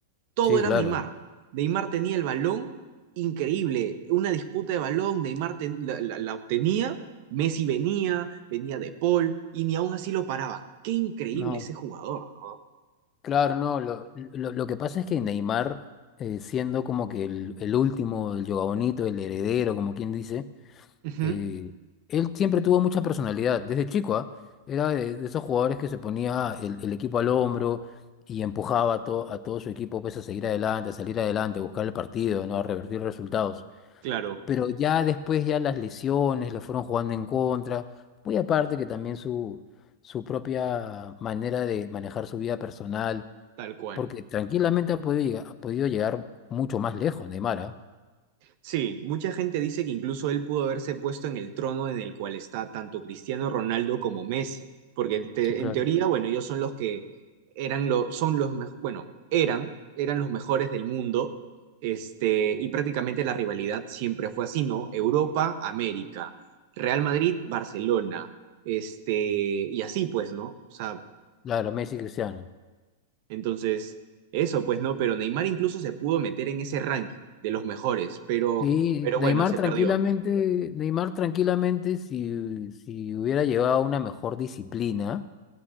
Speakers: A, on the right; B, on the left.
A: todo
B: Sí,
A: era
B: claro.
A: Neymar. Neymar tenía el balón, increíble, una disputa de balón, Neymar ten- la, la- la obtenía, Messi venía, venía de Paul, y ni aún así lo paraban. Qué increíble
B: No,
A: ese jugador, ¿no?
B: claro, no, lo, lo, lo que pasa es que Neymar, eh, siendo como que el, el último, el yoga bonito, el heredero, como quien dice,
A: Ujú,
B: eh, él siempre tuvo mucha personalidad, desde chico, ¿ah? Era de, de esos jugadores que se ponía el, el equipo al hombro y empujaba a, to- a todo su equipo pues, a seguir adelante, a salir adelante, a buscar el partido, ¿no? A revertir resultados.
A: claro,
B: Pero ya después ya las lesiones le fueron jugando en contra, muy aparte que también su, su propia manera de manejar su vida personal,
A: tal cual.
B: porque tranquilamente ha podido llegar, ha podido llegar mucho más lejos, Neymar, ¿ah?
A: Sí, mucha gente dice que incluso él pudo haberse puesto en el trono en el cual está tanto Cristiano Ronaldo como Messi, porque en, te-
B: Sí, claro.
A: en teoría, bueno, ellos son los que eran lo- son los mejo- bueno, eran, eran los mejores del mundo, este, y prácticamente la rivalidad siempre fue así, ¿no? Europa, América, Real Madrid, Barcelona, este, y así pues, ¿no? O sea,
B: Claro, Messi y Cristiano.
A: entonces, eso pues, ¿no? Pero Neymar incluso se pudo meter en ese ranking de los mejores, pero,
B: Sí,
A: pero
B: Neymar
A: bueno, se
B: tranquilamente,
A: perdió.
B: Neymar tranquilamente, si, si hubiera llevado una mejor disciplina,